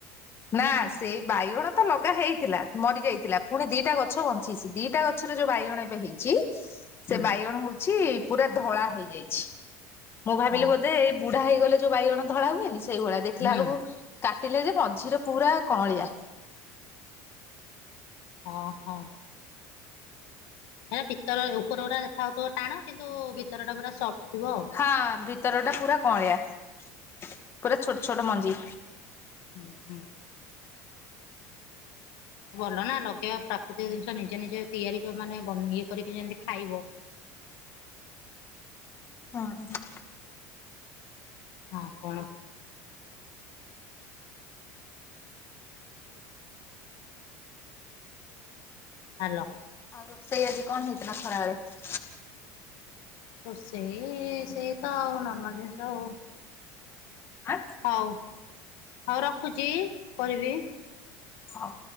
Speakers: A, on the left; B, on the left.
A: ନା ସେଇ ବାଇଗଣ ତ ଲଗା ହେଇଥିଲା ମରି ଯାଇଥିଲା ପୁଣି ଦିଟା ଗଛ ବଞ୍ଚିଛି ଦିଟା ଗ ଗଛରେ ଯୋଉ ବାଇଗଣ ଏବେ ହେଇଚି। ସେ
B: ହୁଁ
A: ବାଇଗଣ ହୋଉଚି ପୁରା ଧଳା ହେଇଯାଇଛି ମୁଁ ଭାବିଲି
B: ହଉ
A: ବୋଧେ ବୁଢା ହେଇଗଲେ ଯୋଉ ବାଇଗଣ ଧଳା ହୁଏନି ସେଇଭଳିଆ ଦେଖିଲା
B: ହୁଁ
A: ବେଳକୁ କାଟିଲେ ଯେ ମଝିର ପୁରା କଅଁଳିଆ।
B: ହଁ ହଁ। ହେଲା ଭିତର ଉପର ପୁରା ଦେଖାହାଉଥିବ ଟାଣ କିନ୍ତୁ ଭିତର ଟା ପୁରା ସପ୍ଟ ଥିବ ଆଉ।
A: ହଁ ଭିତର ଟା ପୁରା କଳିଆ ପୁରା ଛୋଟ ଛୋଟ ମଞ୍ଜି।
B: ଉଁ ହୁଁ। ଭଲ ନା ଲଗେଇବା ପ୍ରାକୃତିକ ଜିନିଷ ନିଜେ ନିଜେ ତିଆରି ମାନେ ଇଏ କରିକି ଯେମିତି ଖାଇବ।
A: ହଁ।
B: ହଁ କଣ? ହାଲୋ।
A: ଆଉ ରୋଷେଇ ଆଜି କଣ ହେଇଥିଲା ଖରାବେଳେ?
B: ରୋସେଇ ସେଇ ତ ଆଉ ନର୍ମାଲ ଜିନିଷ ଆଉ।
A: ଆଁ
B: ହଉ ହଉ ରଖୁଚ କରିବି।
A: ହଉ।